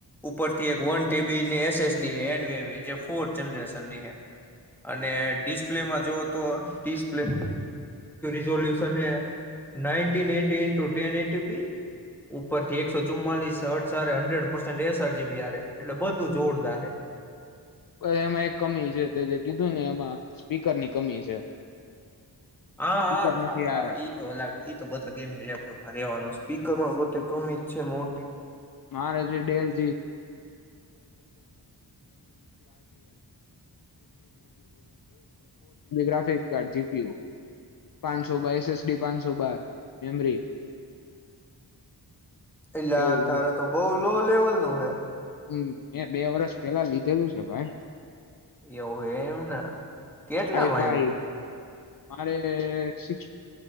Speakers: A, in the centre; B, on the left.
A: ઉપરથી એક વન ટેબીની એસએસડી એ ફો જનરેશનની અને ડિસ્પ્લેમાં જોઓ તો ડિપ્લે થી એકો ચુમમાલીસ એટલેું જોરદાર
B: પણ એમાં એક કમી છે તે જે કીધું ને એમાં સ્પીકરની કમી છે
A: હા
B: સ્પીકર
A: હાા
B: નથી હારા
A: ઈ તો અલગ ઈ તો બધા ગેમિંગ લેપટોપમાં રેવાનું સ્પીક માં પોતે કમી જ છે મોટી
B: મારે જરેન જીી ગાફિક પ્યો પાંચસો બ એસએસડી પાંચસો બાર મેમરી
A: એલા
B: એવું
A: તાર તો બઉુ લો લેવલ નું હૈ
B: હમ મે બે વરષ પેલા લીધેલું છે ભાઈ
A: એવું એમને કેટલામાં
B: આઈ ફાઈવ
A: આવું હતું
B: મારે સિક્